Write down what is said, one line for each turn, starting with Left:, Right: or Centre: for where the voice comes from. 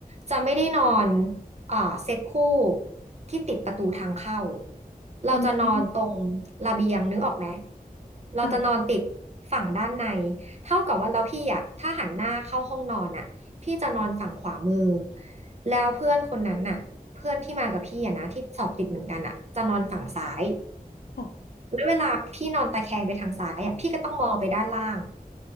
Right: จะไม่ได้นอน อ่าเซตคู่ที่ติดประตูทางเข้าเราจะนอนตรง
Left: อืม
Right: ระเบียงนึกออกไหมเราจะนอนติด
Left: ค่ะ
Right: ฝั่งด้านในเท่ากับว่าแล้วพี่อ่ะถ้าหันหน้าเข้าห้องนอนอ่ะพี่จะนอนฝั่งขวามือแล้วเพื่อนคนนั้นน่ะเพื่อนที่มากับพี่อ่ะนะที่สอบติดเหมือนกันอ่ะจะนอนฝั่งซ้าย
Left: ค่ะค่ะ
Right: แล้วเวลาพี่นอนตะแคงไปทางซ้ายอ่ะพี่ก็ต้องมองไปด้านล่าง